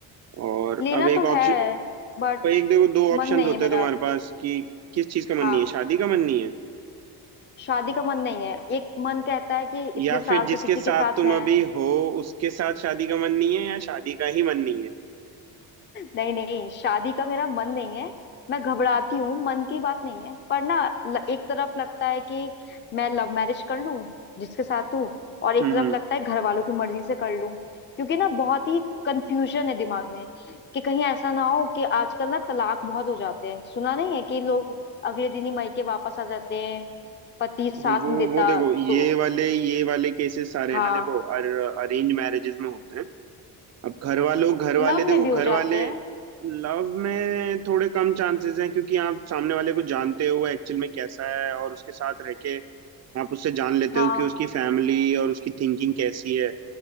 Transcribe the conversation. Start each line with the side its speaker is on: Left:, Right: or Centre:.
Right: और
Left: लेना
Right: अब एक
Left: तो है
Right: ऑप्शन
Left: बट
Right: एक देखो दो ऑप्शंस
Left: मन नहीं
Right: होते
Left: है मेरा
Right: हैं तुम्हारे पास कि किस चीज़ का मन
Left: हाँ
Right: नहीं है शादी का मन नहीं है
Left: शादी का मन नहीं है एक मन कहता है कि इतने
Right: या
Left: साल
Right: फिर जिसके
Left: से किसी
Right: साथ
Left: के साथ
Right: तुम
Left: है
Right: अभी हो उसके साथ शादी का मन नहीं है या शादी का ही मन नहीं है
Left: नहीं नहीं शादी का मेरा मन नहीं है मैं घबराती हूँ मन की बात नहीं है पर ना ल- एक तरफ लगता है कि मैं लव मैरिज कर लूं जिसके साथ हूँ और एक
Right: हम्म
Left: तरफ
Right: हम्म।
Left: लगता है घर वालों की मर्जी से कर लूं क्योंकि ना बहुत ही कंफ्यूजन है दिमाग में कि कहीं ऐसा ना हो कि आजकल ना तलाक बहुत हो जाते हैं सुना नहीं है कि लोग अगले दिन ही मायके वापस आ जाते हैं पति
Right: वो
Left: साथ नहीं देता
Right: वो देखो ये
Left: तो
Right: वाले ये वाले केसेस सारे
Left: हाँ
Right: हैं ना देखो अर, अरेंज मैरिजेस में होते हैं अब घर वालों घर वाले
Left: लव
Right: देखो
Left: में भी हो
Right: घर
Left: जाते
Right: वाले
Left: हैं
Right: लव में थोड़े कम चांसेस हैं क्योंकि आप सामने वाले को जानते हो वो एक्चुअल में कैसा है और उसके साथ रह के आप उससे जान लेते
Left: हाँ
Right: हो कि उसकी फैमिली और उसकी थिंकिंग कैसी है